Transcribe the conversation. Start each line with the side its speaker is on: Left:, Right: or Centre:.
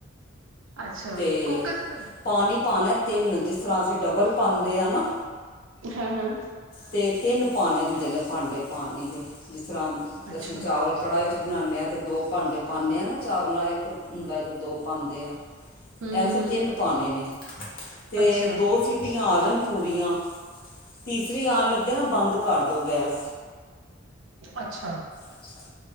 Right: ਅੱਛਾ
Left: ਤੇ
Right: ਕੁੱਕਰ ਚ ਬਣਾ
Left: ਪਾਣੀ ਪਾਣਾ ਤਿੰਨ ਜਿਸ ਤਰ੍ਹਾਂ ਅਸੀਂ ਡਬਲ ਪਾਂਦੇ ਆਂ ਨਾ
Right: ਹਾਂ-ਹਾਂ।
Left: ਤੇ ਤਿੰਨ ਪਾਣੇ ਹੁੰਦੇ ਨੇ ਭਾਂਡੇ ਪਾਣੀ ਦੇ ਜਿਸ ਤਰ੍ਹਾਂ
Right: ਅੱਛਾ,
Left: ਅਸੀਂ ਚਾਵਲ ਕੜਾਹੀ 'ਚ ਬਣਾਣੇ ਹਾਂ ਅਤੇ ਦੋ ਭਾਂਡੇ ਪਾਣੇ ਆਂ ਨਾ ਚਾਵਲਾ ਇੱਕ ਹੁੰਦਾ ਤੇ ਦੋ ਪਾਂਦੇ ਆਂ।
Right: ਹੂੰ-ਹੂੰ-ਹੂੰ,
Left: ਐ ਅਸੀਂ ਤਿੰਨ ਪਾਂਣੇ ਨੇ ਤੇ
Right: ਅੱਛਾ।
Left: ਸੀਟੀਆਂ ਆ ਜਾਣ ਪੂਰੀਆਂ ਤੀਸਰੀ ਆਣ ਲੱਗੇ ਨਾ ਬੰਦ ਕਰ ਦੋ ਗੈਸ
Right: ਅੱਛਾ
Left: ਅੱਛਾ